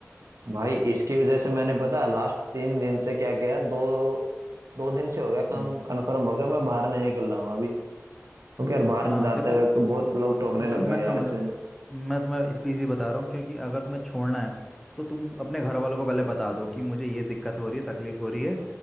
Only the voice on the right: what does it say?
भाई इसकी वजह से मैंने पता लास्ट तीन दिन से क्या किया है दो दो दिन से हो गया कम
कंफर्म हो गया मैं बाहर नहीं निकल रहा हूँ अभी क्योंकि यार बाहर
जाते
वक्त तो बहुत लोग टोकने
लग
गए
यार इस
चीज़
में।